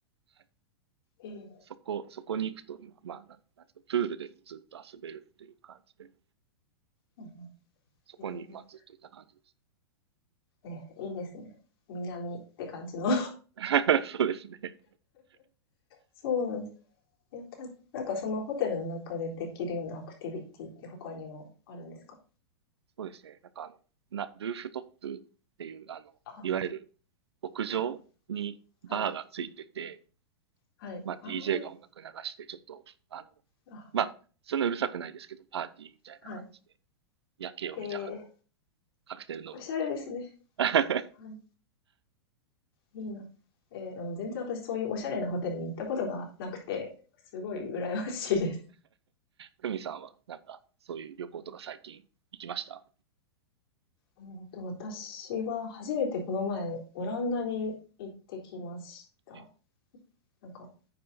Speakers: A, on the right; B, on the left.
A: はい
B: ええ、
A: そこ、そこに行くと、まあ、なんなんですか、プールでずっと遊べるっていう感じで、はい、
B: うん、
A: そこに、
B: え
A: まあ、ずっといた感じで
B: え、ね、いいですね。南って感じの。
A: す。<laughs> そうですね。
B: そうなんですか。やっぱ、なんかそのホテルの中でできるようなアクティビティって他にもあるんですか
A: そうですね。なんかあの、な、ルーフトップっていう、あの、
B: あ、
A: いわゆる屋上にバーがついてて、
B: はい、はい、はい。
A: まあ、
B: あー
A: DJ が音楽流して、ちょっと、あの、
B: あ、
A: まあ、そんなうるさくないですけど、パーティーみたいな感じで、
B: はい。
A: 夜景を見ながら
B: えー、
A: カクテル飲むみたい
B: おしゃれですね。
A: な。<laughs>
B: はい、いいな。えー、でも全然私そういうおしゃれなホテルに行ったことがなくて、すごい羨ましいです。
A: ふみさんは、なんか、そういう旅行とか最近行きました
B: えーと、私は初めてこの前、オランダに行ってきました。
A: え、
B: なんか、